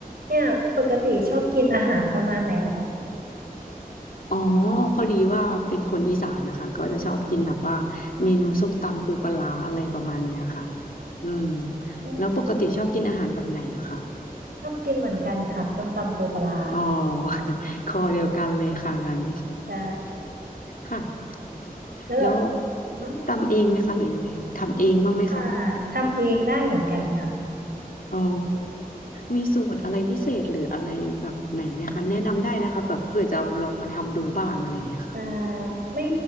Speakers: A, on the right (about 75°); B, on the left (about 65°).
A: เนี่ยปกติชอบกินอาหารประมาณไหนเหรอ
B: อ๋อพอดีว่าเป็นคนอีสานนะคะก็จะชอบกินแบบว่าเมนูส้มตำปูปลาร้าอะไรประมาณเนี้ยค่ะอืม
A: อืม
B: แล้วปกติชอบกินอาหารแบบไหนล่ะคะ
A: ชอบกินเหมือนกันค่ะส้มตำปูปลาร้า
B: อ๋อ <laughs> คอเดียวกันเลยค่ะงั้น
A: แต่
B: ค่ะ
A: แล้วแบบ
B: แล้ว
A: อม
B: ตำเองไหมคะหรือยังไงทำเองบ้างไหมคะ
A: อ่าทำเองได้เหมือนกันค่ะ
B: อ๋อมีสูตรอะไรพิเศษหรืออะไรแบบไหนไหมคะแนะนำได้นะคะแบบเผื่อจะเอาลองมาทำดูบ้างอะไรอย่างเงี้ยค่ะ
A: เอ่อไม่